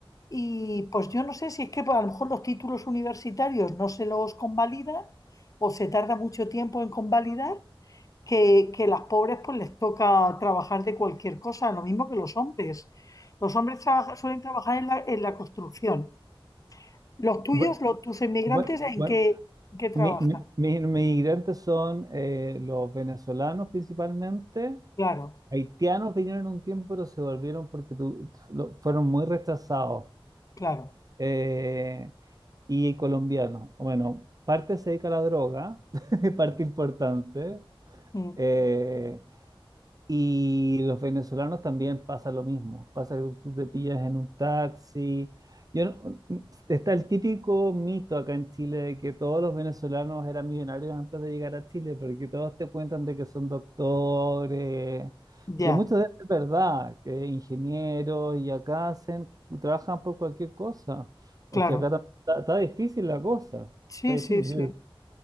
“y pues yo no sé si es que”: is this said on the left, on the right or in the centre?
Left